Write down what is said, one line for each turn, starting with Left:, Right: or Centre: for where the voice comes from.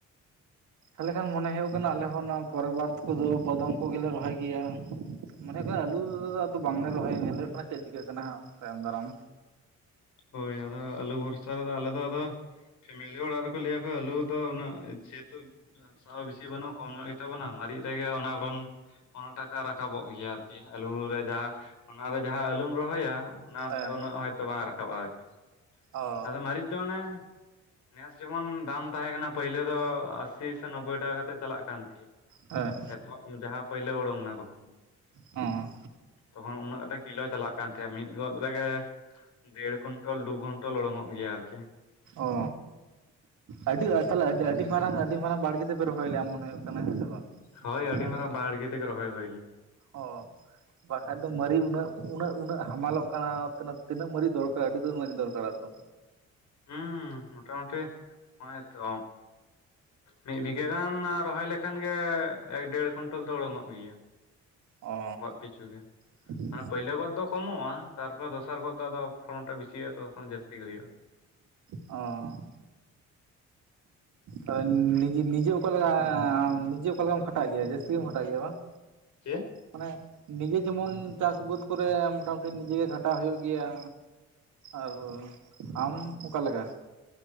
Right: ᱛᱟᱞᱦᱮ ᱠᱷᱟᱱ ᱢᱚᱱᱮ ᱦᱩᱭᱩᱜ ᱠᱟᱱᱟ ᱟᱞᱮ ᱦᱚᱸ ᱚᱱᱟ ᱯᱚᱨᱮᱵᱟᱨᱫ ᱠᱚᱫᱚ ᱠᱚᱫᱚᱢ ᱠᱚᱜᱮᱞᱮ ᱨᱚᱦᱚᱭ ᱜᱮᱭᱟ᱾ ᱢᱚᱱᱮ ᱦᱩᱭᱩᱜ ᱟᱞᱩ ᱟᱫᱚ ᱵᱟᱝᱞᱮ ᱨᱚᱦᱚᱭᱟ ᱧᱮᱞ ᱦᱩᱭᱩᱜ ᱠᱟᱱᱟ ᱪᱮᱫ ᱪᱤᱠᱟᱹᱜ ᱠᱟᱱᱟ ᱦᱟᱸᱜ ᱛᱟᱭᱚᱢ ᱫᱟᱨᱟᱢ᱾
Left: ᱦᱳᱭ ᱟᱫᱚ ᱟᱞᱩ ᱵᱷᱚᱨᱥᱟ ᱨᱮᱫᱚ ᱟᱞᱮ ᱫᱚ ᱟᱫᱚ ᱯᱷᱮᱢᱮᱞᱤ ᱚᱲᱟᱜ ᱨᱮᱠᱚ ᱞᱟᱹᱭ ᱟᱠᱚᱣᱟ ᱟᱞᱩ ᱫᱚ ᱩᱱᱟᱹᱜ ᱡᱮᱦᱩᱛᱩ ᱦᱟᱥᱟ ᱦᱚᱸ ᱵᱮᱥᱤ ᱵᱟᱹᱱᱩᱜ-ᱟ ᱠᱚᱢ ᱧᱚᱜ ᱜᱮᱛᱟ ᱵᱚᱱᱟ ᱢᱟᱨᱤᱡ ᱨᱮᱜᱮ ᱚᱱᱟ ᱵᱚᱨᱚᱱ ᱚᱱᱟ ᱴᱟᱠᱟ ᱨᱟᱠᱟᱵᱚᱜ ᱜᱮᱭᱟ ᱟᱨᱠᱤ, ᱟᱞᱩ ᱨᱮ ᱡᱟᱸᱦᱟ ᱚᱱᱟᱨᱮ ᱡᱟᱸᱦᱟ ᱟᱞᱩᱢ ᱨᱚᱦᱚᱭᱟ, ᱚᱱᱟ
Right: ᱦᱮᱸ
Left: ᱛᱮ ᱩᱱᱟᱹᱜ ᱦᱚᱭᱛᱚ ᱵᱟᱝ ᱨᱟᱠᱟᱵ-ᱟ ᱟᱨᱠᱤ,
Right: ᱚ
Left: ᱟᱫᱚ ᱢᱟᱹᱨᱤᱪ ᱫᱚ ᱚᱱᱮ ᱱᱮᱥ ᱡᱮᱢᱚᱱ ᱫᱟᱢ ᱛᱟᱸᱦᱮ ᱠᱟᱱᱟ ᱯᱟᱹᱭᱞᱟᱹ ᱫᱚ ᱟᱥᱤ ᱥᱮ ᱱᱚᱵᱵᱳᱭ ᱴᱟᱠᱟ ᱠᱟᱛᱮᱫ ᱪᱟᱞᱟᱜ ᱠᱟᱱ ᱛᱟᱸᱦᱮᱜ᱾
Right: ᱦᱮᱸ
Left: ᱪᱟᱞᱟᱜ ᱡᱟᱸᱦᱟ ᱯᱟᱹᱭᱞᱟᱹ ᱳᱰᱳᱝ ᱱᱟ ᱛᱚᱠᱷᱚᱱ ᱫᱚ᱾
Right: ᱚᱸ᱾
Left: ᱛᱚᱠᱷᱚᱱ ᱩᱱᱟᱹᱜ ᱠᱟᱛᱮ ᱠᱤᱞᱳ ᱪᱟᱞᱟᱜ ᱠᱟᱱ ᱛᱟᱦᱮᱜ-ᱟ ᱢᱤᱫ ᱜᱚᱫ ᱨᱮᱜᱮ ᱫᱮᱲ ᱠᱩᱱᱴᱚᱞ ᱫᱩ ᱠᱩᱱᱴᱚᱞ ᱳᱰᱚᱝ-ᱚᱜ ᱜᱮᱭᱟ ᱟᱨᱠᱤ᱾
Right: ᱚ᱾ ᱟᱹᱰᱤ ᱟᱨ ᱛᱟᱞᱦᱮ ᱟᱹᱰᱤ ᱢᱟᱨᱟᱝ ᱟᱹᱰᱤ ᱢᱟᱨᱟᱝ ᱵᱟᱲᱜᱮ ᱛᱮᱯᱮ ᱨᱚᱦᱚᱭ ᱞᱮᱜ-ᱟ ᱢᱚᱱᱮ ᱦᱩᱭᱩᱜ ᱠᱟᱱᱟ, ᱦᱮᱸ ᱥᱮ ᱵᱟᱝ?
Left: ᱦᱳᱭ ᱟᱹᱰᱤ
Right: ᱦᱮᱸ
Left: ᱢᱟᱨᱟᱝ ᱵᱟᱲᱜᱮ ᱛᱮᱜᱮ ᱨᱚᱦᱚᱭ ᱦᱩᱭ ᱞᱮᱱᱟ᱾
Right: ᱚ ᱵᱟᱠᱷᱟᱡ ᱫᱚ ᱢᱟᱹᱨᱤᱡ ᱩᱱᱟᱹᱜ ᱩᱱᱟᱹᱜ ᱩᱱᱟᱹᱜ ᱦᱟᱢᱟᱞᱚᱜ ᱠᱟᱱᱟ, ᱛᱤᱱᱟᱹᱜ ᱛᱤᱱᱟᱹᱜ ᱢᱟᱹᱨᱤᱪ ᱫᱚᱨᱠᱟᱨᱚ-ᱟ, ᱟᱹᱰᱤ ᱩᱛᱟᱟ ᱢᱟᱨᱤᱡ ᱫᱚᱨᱠᱟᱨᱟ ᱛᱚ᱾
Left: ᱦᱩᱸ ᱢᱳᱚᱴᱟᱢᱩᱴᱤ ᱦᱚᱸᱜ-ᱚᱭ ᱛᱚ ᱢᱤᱫ ᱵᱤᱜᱷᱟᱹ ᱜᱟᱱ ᱨᱚᱦᱚᱭ ᱞᱮᱠᱷᱟᱱ ᱜᱮ ᱮᱠ ᱫᱮᱲ ᱠᱩᱱᱴᱚᱞ ᱫᱚ ᱳᱰᱳᱝᱚᱜ ᱜᱮᱭᱟ᱾
Right: ᱚ
Left: ᱜᱟᱫᱽ ᱯᱤᱪᱷᱩ ᱜᱮ᱾
Right: <inaudible>
Left: ᱢᱟᱱᱮ ᱯᱟᱹᱭᱞᱟᱹ ᱜᱚᱫ ᱫᱚ ᱠᱚᱢᱚᱜ-ᱟ, ᱛᱟᱨᱯᱚᱨ ᱫᱚᱥᱟᱨ ᱜᱚᱫ ᱫᱚ ᱟᱫᱚ ᱯᱷᱚᱞᱚᱱᱴᱟᱜ ᱵᱤᱥᱤ ᱦᱩᱭᱩᱜ-ᱟ, ᱛᱚᱛᱚ ᱠᱷᱚᱱ ᱡᱟᱹᱥᱛᱤ ᱜᱮ ᱦᱩᱭᱩᱜ-ᱟ᱾
Right: ᱚ᱾ ᱦᱳᱭ ᱱᱤᱡᱮ ᱱᱤᱡᱮ ᱚᱠᱟ ᱞᱮᱠᱟ ᱮ ᱱᱤᱡᱮ ᱚᱠᱟ ᱞᱮᱠᱟᱢ ᱠᱷᱟᱴᱟᱜ ᱜᱮᱭᱟ ᱡᱟᱹᱥᱛᱤ ᱜᱮᱢ ᱠᱷᱟᱴᱟᱜ ᱜᱮᱭᱟ ᱵᱟᱝ?
Left: ᱪᱮᱫ
Right: ᱢᱟᱱᱮ ᱱᱤᱡᱮ ᱡᱮᱢᱚᱱ ᱪᱟᱥ ᱵᱟᱹᱫᱽ ᱠᱚᱨᱮ ᱢᱚᱴᱟᱢᱩᱴᱤ ᱱᱤᱡᱮ ᱜᱮ ᱠᱷᱟᱴᱟᱜ ᱦᱩᱭᱩᱜ ᱜᱮᱭᱟ᱾ ᱟᱨ ᱟᱢ ᱚᱠᱟ ᱞᱮᱠᱟ